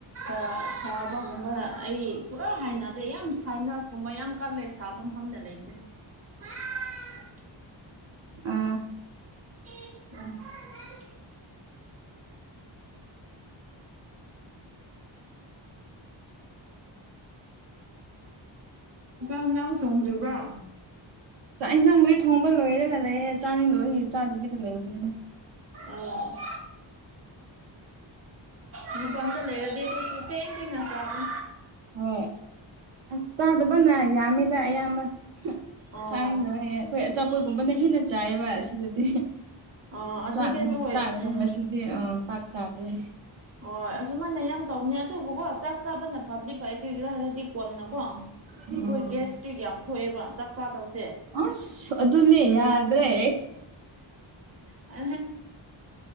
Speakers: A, on the right (about 30°); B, on the right (about 75°).
A: ꯑ ꯁꯥꯕꯒꯨꯝꯕ ꯑꯩ ꯄꯨꯔꯥ ꯍꯥꯏꯅꯗꯦ ꯌꯥꯝ ꯁꯥꯏꯅꯁꯀꯨꯝꯕ ꯌꯥꯝ ꯀꯜꯂꯦ ꯁꯥꯕ ꯃꯐꯝꯗ ꯂꯩꯕꯁꯦ <unintelligible>
B: ꯑꯥ
A: ꯎ ꯏꯟꯁꯥꯡꯁꯥꯡ ꯁꯪꯗ꯭ꯔꯤꯕ꯭ꯔꯥ
B: ꯆꯥꯛ ꯌꯦꯟꯁꯥꯡꯗꯨꯒꯤ ꯊꯣꯡꯕ ꯂꯣꯏꯔꯒ ꯂꯩꯌꯦ ꯆꯥꯅꯤꯡꯗꯕ ꯑꯩꯗꯤ ꯆꯥꯗꯨꯒꯤꯗ ꯂꯩꯕꯅꯤꯅ
A: ꯎꯝ ꯃꯄꯟꯗ ꯂꯩꯔ ꯗꯣꯁꯨꯇ ꯊꯅ ꯁꯥꯃ
B: ꯍ ꯑꯁ ꯆꯗꯕꯅ ꯌꯥꯝꯃꯤꯗ ꯌꯥꯝꯕ
A: ꯑꯣ
B: ꯆꯥꯅꯤꯡꯗꯕ ꯑꯩꯈꯣꯏ ꯑꯆꯥꯄꯣꯠꯒꯨꯝꯕꯅ ꯍꯦꯟꯅ ꯆꯥꯏꯌꯦꯕ ꯑꯁꯤꯗꯗꯤ
A: ꯑꯥ ꯑꯗꯨꯗꯤ
B: ꯆꯥꯛ
A: ꯑꯗꯨ ꯑꯣꯏ
B: ꯆꯥꯛꯒꯨꯝꯕꯁꯤꯗꯤ
A: ꯎꯝ
B: ꯑ ꯄꯥꯛ ꯆꯥꯗ꯭ꯔꯦ
A: ꯍꯣꯏ ꯑꯁꯨꯃꯥꯏꯅ ꯌꯥꯝ ꯇꯧꯅꯦ ꯑꯗꯨꯕꯨꯀꯣ ꯆꯥꯛ ꯆꯥꯕꯅ ꯐꯕꯗꯤ ꯐꯩ ꯀ꯭ꯔꯤꯒ꯭ꯔꯥ ꯍꯥꯏꯔꯗꯤ ꯀꯣꯟꯅꯀꯣ ꯑꯩꯈꯣꯏ
B: ꯎꯝ
A: ꯒ꯭ꯦꯁꯇꯔꯤ ꯌꯥꯝ ꯊꯣꯛꯑꯦꯕ ꯆꯥꯛ ꯆꯥꯗꯕ
B: ꯑꯁ ꯑꯗꯨꯅꯦ ꯌꯥꯗ꯭ꯔꯦ
A: ꯑ